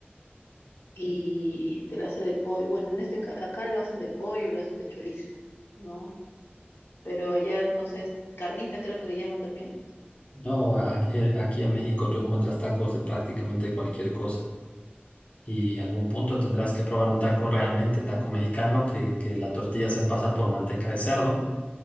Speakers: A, on the left; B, on the left.
A: y te la hace de pollo. Bueno, en este ca- acá lo hacen de pollo, lo hacen de chorizo, ¿no? Pero allá, no sé, es carnita creo que le llaman también.
B: No, aquí, eh, aquí en México tú encuentras tacos de prácticamente cualquier cosa. Y algún punto tendrás que probar un taco realmente, taco mexicano, que, que la tortilla se pasa por manteca de cerdo.